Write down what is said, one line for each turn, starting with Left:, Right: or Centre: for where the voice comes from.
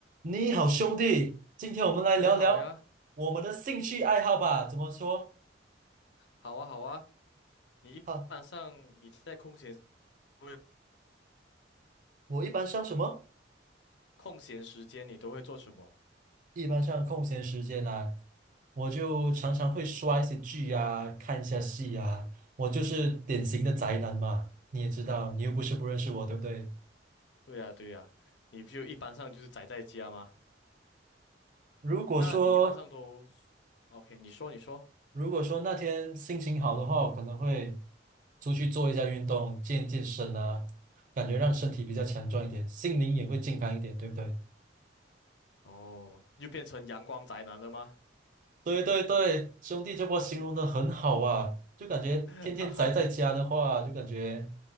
Right: 你好，兄弟，今天我们来聊聊我们的兴趣爱好吧。
Left: 你好呀，
Right: 怎么说？
Left: 好啊，好啊。你一般上你在空闲
Right: 哈，
Left: 不是
Right: 我一般上什么？
Left: 空闲时间，你都会做什么？
Right: 一般上空闲时间啊，我就常常会刷一些剧啊，看一下戏啊。我就是典型的宅男嘛，你也知道，你又不是不认识我，对不对？
Left: 对呀，对呀。你就一般上就是宅在家吗？
Right: 如果说
Left: 那你一般上都，OK？你说，你说。
Right: 如果说那天心情好的话，我可能会出去做一下运动，健健身啊，感觉让身体比较强壮一点，心灵也会健康一点，对不对？
Left: 哦，又变成阳光宅男了吗？
Right: 对对对，兄弟这波形容的很好啊，就感觉天天宅在家的话，
Left: <laughs> 哈哈，
Right: 就感觉